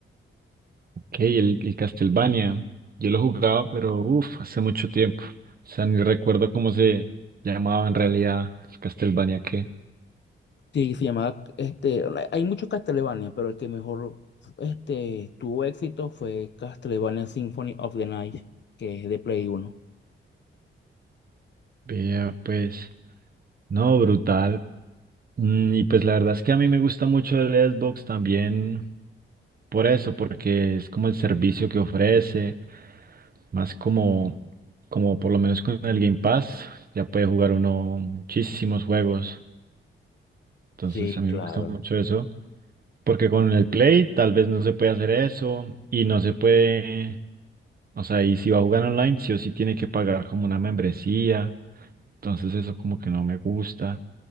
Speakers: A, on the right; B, on the left.
A: Ok, el, el Castlevania. Yo lo jugaba, pero uff, hace mucho tiempo. O sea, ni recuerdo cómo se llamaba en realidad el Castlevania que
B: Sí, se llamaba, este, la- hay muchos Castlevania, pero el que mejor este, tuvo éxito fue Castlevania Symphony of the Night, que es de Play 1.
A: veía, pues. No, brutal. Mm, Y pues la verdad es que a mí me gusta mucho el Xbox también por eso, porque es como el servicio que ofrece, más como, como por lo menos con el Game Pass, ya puede jugar uno muchísimos juegos. Entonces
B: Sí,
A: a mí
B: claro.
A: me gusta mucho eso. Porque con el Play tal vez no se puede hacer eso y no se puede, o sea, y si va a jugar online, sí o sí tiene que pagar como una membresía. Entonces eso como que no me gusta.